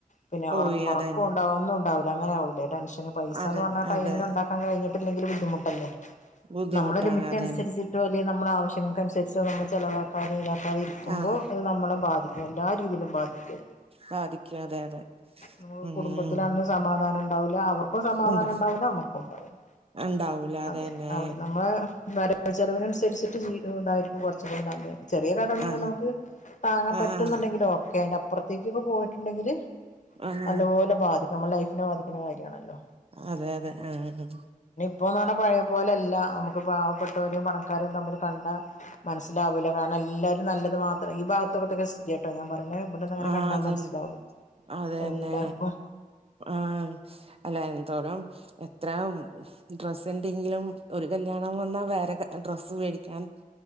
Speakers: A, on the left; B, on the right.
A: പിന്നെ
B: പോയി
A: ഓറ ഒറക്കുംണ്ട
B: അതന്നെ
A: ആ ഒന്നുംണ്ടാവില്ല അങ്ങനൊവുല്ല ടെൻഷൻ പൈസാന്ന്
B: അതന്നെ
A: പറഞ്ഞൽ ടൈമന്
B: അതെ
A: ഉണ്ടാക്കാൻഴിഞ്ഞിട്ടില്ലെങ്കിൽ ബുദ്ധിമുട്ട് അല്ലേ
B: ബുദ്ധിമുട്ടാണ്
A: നമ്മളൊ ലിമിറ്റ്
B: അതന്നെ
A: അനുസരിച്ച് ഏറ്റവും വലിയ നമ്മുടെ ആവശ്യങ്ങൾക്കനുസരിച്ച് നമ്മൾ ചിലവാക്കാത ഇതാക്കാതി ക്കുമ്പോ
B: ആഹ്
A: അത് നമ്മളെ ബാധിക്കും എല്ലാ രീതിയിലും ബാധിക്കൂം.
B: സാധിക്കും അതെ അതെ
A: നമുക്ക്
B: ഉം
A: കുടുംബത്തില അന്ന് സമാധാനം ഉണ്ടാവില്ല അവർക്കും സമാധാനം
B: ഉണ്ട
A: ഉണ്ടാവില്ല നമ്മക്കും ഉണ്ടാവില്ല.
B: ഉണ്ടാവൂല അതന്നെ
A: അതെ അതെ നമ്മളെ ചെലവിനുസരിച്ചട്ട് ജീവിക്കുന്നതായിരിക്കും കൊറച്ച് കൂടി നല്ലത് ചെറിയ കടം
B: ആഹ്
A: നമുക്ക് താങ്ങാൻ പറ്റുന്നുണ്ടെങ്കിലോ
B: ആഹ്
A: ഓക്കെ അയിന്റെ അപ്പുറത്തേക്കൊക്കെ പോയി് ണ്ടെങ്കിൽ
B: ആഹ്
A: നല്ലപോലെ ബാധിക്കും നമ്മ ലൈഫിനെ ബാധിക്കുന്ന കാര്യമാണല്ലോ
B: അതെ അതെ ആഹ്
A: ഇപ്പോൾന്ന് പഴയ പോലെയല്ല നമുക്ക് പാവപ്പെട്ടവരെയും പണക്കാരെയും തമ്മിൽ കണ്ടാൽ മനസ്സിലാവൂല കാരണം എല്ലാരും നല്ലത് മാത്രം ഈ ഭാഗത്തൊക്കട്ടക്കെ ട്ടോ ഞാൻ പറഞ്ഞെ ഇവിടുന്ന് അങ്ങനെ
B: ആഹ്
A: കണ്ടാൻ
B: അതന്നെ
A: മനസ്സിലാവും
B: അതന്നെ
A: എല്ലാർക്കും
B: ആഹ് അല്ല എന്തോരം എത്ര ഡ്രസ് ഉണ്ടെങ്കിലും ഒരു കല്യാണം വന്നാ വേറെ ഡ്രസ്സ് മേടിക്കാൻ